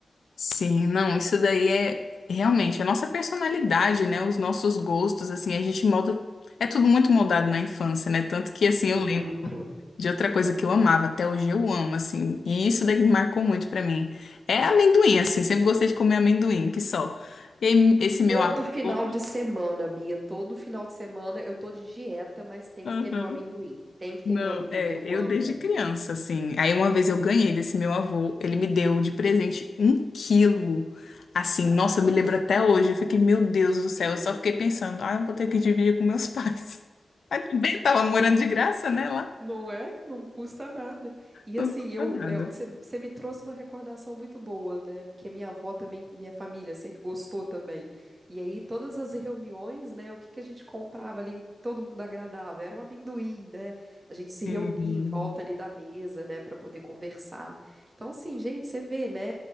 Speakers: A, on the left; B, on the right.
A: Sim, não, isso daí é realmente a nossa personalidade, né? Os nossos gostos, assim, a gente molda. É tudo muito moldado na infância, né? Tanto que, assim, eu lembro
B: Muito.
A: de outra coisa que eu amava, até hoje eu amo, assim, e isso daí marcou muito pra mim. É amendoim, assim, sempre gostei de comer amendoim, que só. E aí, esse meu
B: Todo
A: avô.
B: final de semana, Bia, todo final de semana eu tô de dieta, mas tem
A: <laughs>
B: que ter meu amendoim. Tem que ter
A: Não,
B: meu amendoim,
A: é,
B: eu
A: eu
B: amo.
A: desde criança, assim. Aí uma vez eu ganhei desse meu avô, ele me deu de presente um quilo. Assim, nossa, eu me lembro até hoje. Eu fiquei, meu Deus
B: Gente, que
A: do céu,
B: delícia.
A: eu só fiquei pensando, ah, eu vou ter que dividir com meus pais. <laughs> Mas também tava morando de graça, né, lá.
B: Não é? Não custa nada. E
A: Não
B: assim,
A: custa
B: eu,
A: nada.
B: eu, você você me trouxe uma recordação muito boa, né? Porque minha avó também, minha família sempre gostou também. E aí, todas as reuniões, né? O que que a gente comprava ali, que todo mundo agradava? Era o amendoim, né? A gente se reunia
A: Sim.
B: em volta ali da mesa, né? Para poder conversar. Então, assim, gente, você vê, né?